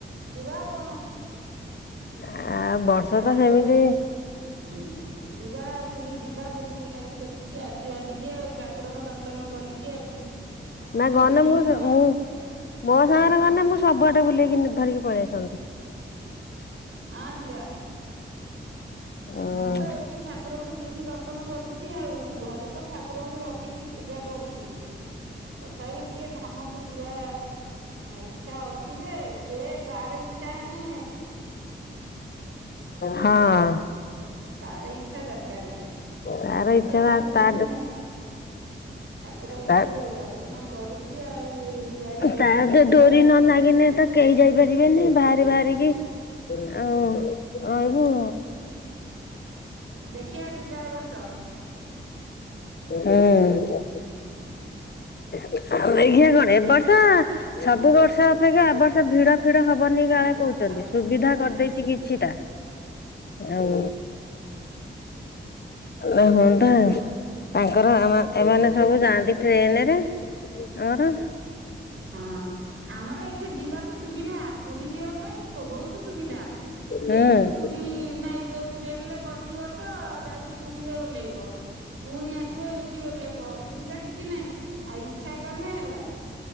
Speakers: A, on the right (about 75°); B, on the left (about 50°).
A: ଯିବା କଣ।
B: ଆ ବର୍ଷ
A: ଇଚ୍ଛା
B: ତ
A: କଲେ
B: ସେମିତି
A: ହୁଁ, ଯିବା ପୁରୀ ଯିବା ବୁଲି ବୁଲାକି ଦେଖିକି ଆସିବା ଟିକେ ଆଉ। ଠାକୁରଙ୍କ ଦର୍ଶନ କରିକି ଆଉ।
B: ନା
A: ଆ
B: ଗନେ
A: ଦିନି
B: ମୁଁ ସ-ମୁଁ
A: ତ
B: ମୋ
A: ହୁଁ
B: ସାଙ୍ଗରେ ଗନେ ମୁଁ ସବୁଆଡେ ବୁଲେଇକି ଧରିକି ପଳେଇ ଆସନ୍ତି।
A: ହଁ ଯିିବା।
B: ହଁ
A: ମୁଁ ତ ଏଇଠି ଠାକୁରଙ୍କୁ ଦିନି ଦର୍ଶନ କରୁଛି ଆଉ। ଘରେ ତ ଠାକୁରଙ୍କୁ ରଖିଚି ପୂଜା କରୁଚି। ତଥାପି ଟିକେ ଧାମକୁ ଯିବା ଇଚ୍ଛା ଅଛି ଯେ, ସେ ତାର ଇ ଇଚ୍ଛା ହେନେ ଯିବା।
B: ହଁ
A: ତାର ଇଚ୍ଛା ଦରକାରେ।
B: ତାର
A: ମୁଁ
B: ଇଚ୍ଛା
A: ତ ସବୁଦିନେ
B: ତା
A: ଠାକୁରଙ୍କୁ
B: ତା
A: ଦର୍ଶନ କରୁ ଚି ଆଉ। ଜୁଆରି ହଉଛି
B: ତାଡ
A: ମୁଣ୍ଡିଆ
B: ଡୋରି
A: ମାରୁଛି
B: ନ ନାଗିନେ,
A: ଖାଲି
B: ତ କେଇ ଯାଇପାରିବେନି। ଭାରି ଭାରିକି
A: ହଁ
B: ଆଉ ରହିବୁ।
A: ଦେଖିବା, ଯିବା ଏ ବର୍ଷ।
B: ଆଉ ଆଉ
A: ସେଇଠି
B: ଏଇଖିଆ
A: ରଖିଦିଅ
B: କଣ? ଏ
A: ସେଇଠି
B: ବର୍ଷ, ସବୁ ବର୍ଷ ଅପେକ୍ଷା ଏ ବର୍ଷ ଭିଡ ଫିଡ ହବନି କାଳେ
A: ନା
B: କଉ
A: ନା
B: ଚନ୍ତି
A: ଥାଉ
B: ସୁବିଧା
A: ଥାଉ
B: କରିଦେଇଚି
A: ସେଇଠି
B: କିଛିଟା ଆଉ ଆ ହନ୍ତା ତାଙ୍କର ଆମ-ଏମାନେ ସବୁ ଯାଆନ୍ତି ଟ୍ରେନରେ ଆମର
A: ହଁ ଆମର ଏଠି ଯିବା ସୁବିଧା ପୁରୀ ଯିବା ପାଇଁ ପୋ-ବୋହୁତୁ ସୁବିଧା
B: ହୁଁ
A: ଏଇଠୁ ପୁରୀ ନା ଏଇ ଯୋଉ ଟ୍ରେନରେ ବସିବ ତ ଯାଇକି ପୁରୀରେ ଓହ୍ଲେଇବ। ପୁଣି ଆସିବ ଏଇଠି ଓହ୍ଲେଇବ ଅସୁବିଧା କିଛି ନାହିଁ ଆଉ ଇଚ୍ଛା କନେ ହେଲା।